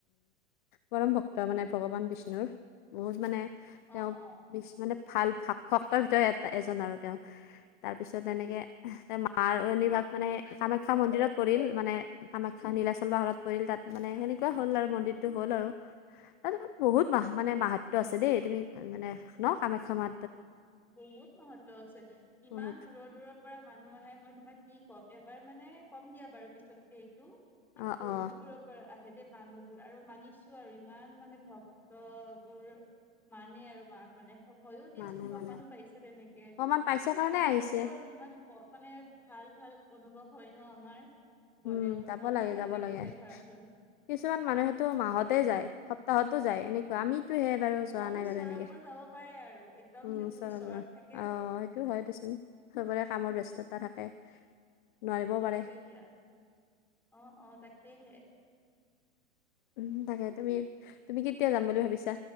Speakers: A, on the left; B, in the centre.
A: পৰম ভক্ত ত মানে ভগৱান বিষ্ণুৰ বহুত মানে তেওঁ
B: অ অ
A: মানে ভাল ভক্তৰ ভিতৰত এ এজন আৰু তেওঁ তাৰ পিছত তেনেকে মাৰ নিভাগ মানে কামাখ্যা মন্দিৰত পৰিল মানে কামাখ্যা নীলাচল পাহাৰত পৰিল তাত মানে সেনেকুৱা হ'ল আৰু মন্দিৰটো হ'ল আৰু ত বহুত মাহ মানে মাহাত্ব আছে দেই তুমি মানে ন কামাখ্যা মা
B: বহুত মহত্ব আছে ইমান
A: বহুত
B: দূৰৰ দূৰৰ পৰা মানুহ আহে মই তোমাক কি ক'ম এবাৰ মানে কম দিয়া বাৰু পিছতকে এইটো মানে
A: অ
B: বহুত
A: অ
B: দূৰৰ দূৰৰ পৰা আহে মানুহবোৰ আৰু মানিছো আৰু ইমান মানে ভক্ত বোৰ মানে আৰু মাক মানে হয়ো দিয়াচোন
A: মানে
B: প্ৰমাণো
A: মানে
B: পাইছে তেনেকে
A: অকমান পাইছে কাৰণে
B: আমি
A: আহিছে
B: গ'লেও আমি ইমান মানে ভাল ভাল অনুভৱ হয় ন আমাৰ গ'লেও
A: উম যাব
B: মনটো
A: লাগে
B: ভাল
A: যাব
B: লাগি
A: লাগে
B: যায় ধৰাচোন
A: কিছুমান মানুহে মাহতে যায় সপ্তাহত তো যায় এনেকুৱা আমি টো হে বাৰু যোৱা
B: অ
A: নাই
B: ওচৰবোৰ
A: বাৰু এনেকে
B: যাব পাৰে আৰু একদম
A: উম
B: যিবোৰ
A: ওচৰৰ
B: ওচৰত
A: পৰা
B: থাকে
A: সেইটো হয় দেচোন সবৰে কামৰ ব্যস্ততা থাকে, নোৱাৰিবও
B: সেইটোৱে
A: পাৰে।
B: দিয়া অ, অ, তাকেহে।
A: উম, তাকে তুমি, তুমি কেতিয়া যাম বুলি ভাবিছা।